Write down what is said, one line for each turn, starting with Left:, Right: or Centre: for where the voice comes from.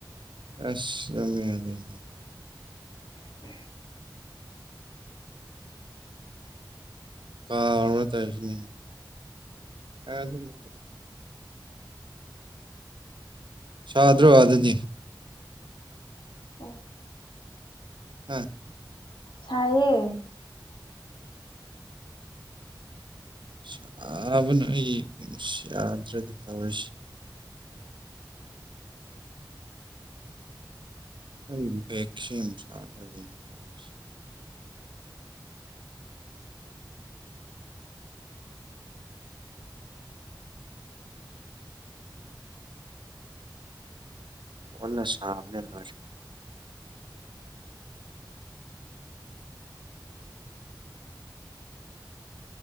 Right: ꯑ ꯃ ꯂꯩ
Left: <inaudible>
Right: ꯀꯥꯔ ꯇꯧꯁꯤ ꯑ ꯑꯗꯨꯝ ꯁꯥꯗ꯭ꯔꯣ ꯑ ꯑꯗꯨꯗꯤ
Left: ꯑꯣ
Right: ꯎꯝ
Left: ꯁꯥꯏꯌꯦ
Right: ꯁꯥꯕꯅ ꯑꯩ ꯏꯁ ꯌꯥꯗ꯭ꯔꯦꯗ ꯇꯧꯔꯤꯁꯦ ꯑꯩ <unintelligible> <inaudible> ꯑꯣꯟꯅ ꯁꯥꯕꯅꯦ ꯂꯣꯏꯔꯦ
Left: <inaudible>